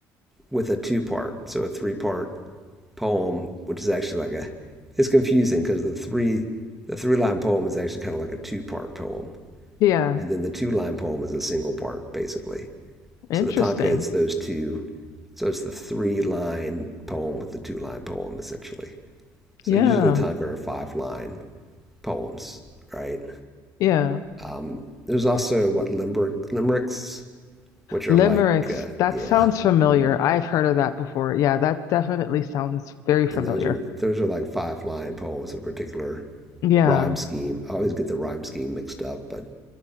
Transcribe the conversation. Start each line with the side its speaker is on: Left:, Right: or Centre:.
Centre: with a two part, so a three part poem, which is actually like a it's confusing because the three the three line poem is actually kind of like a two part poem,
Left: Yeah.
Centre: and then the two line poem is a single part basically.
Left: Interesting.
Centre: So the tanka is those two. So it's the three line poem with the two line poem essentially. So
Left: Yeah.
Centre: usually tanka are five line poems, right?
Left: Yeah.
Centre: Um, there's also what limerick limericks, which are
Left: Limericks.
Centre: like uh,
Left: That
Centre: yeah,
Left: sounds familiar. I've heard of that before. Yeah, that definitely sounds very familiar.
Centre: and those are those are like five line poems of a particular
Left: Yeah.
Centre: rhyme scheme. I always get the rhyme scheme mixed up, but